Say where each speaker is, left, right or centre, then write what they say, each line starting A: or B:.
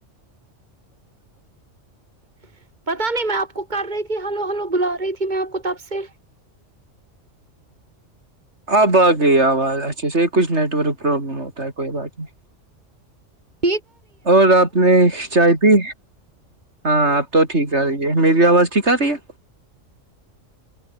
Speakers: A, on the right (about 35°); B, on the right (about 60°).
A: <unintelligible> پتا نہیں میں آپ آپ کو کر رہی تھی ہلو ہلو بلا رہی تھی میں آپ کو تب سے
B: آ باغ گئی آواز اچھا ص کچھ نیٹ ورک پرابلم ہوتا ہے کوئی بات نہیں
A: اچ
B: اور آپ نے چائے پی ہاں آپ تو ٹھیک آ رہی ہے میری آواز ٹھیک آ رہی ہے